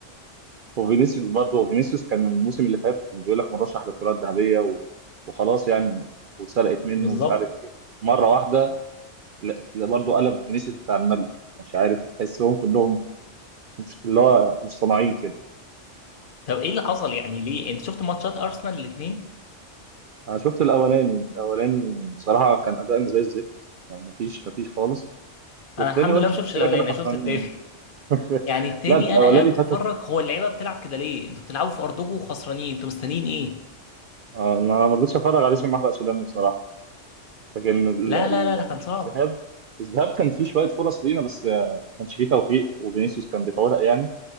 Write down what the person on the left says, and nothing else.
بالظبط
طب ايه اللي حصل يعني ليه انت شفت ماتشات ارسنال الاثنين
انا الحمد
لله ما شفتش
الاولاني
انا
شفت التاني
<laughs> يعني
التاني
انا قاعد بتفرج
هو اللعيبه بتلعب كده ليه انتوا بتلعبوا في ارضكم وخسرانين انتوا مستنيين ايه
لا
لا لا لا كان صعب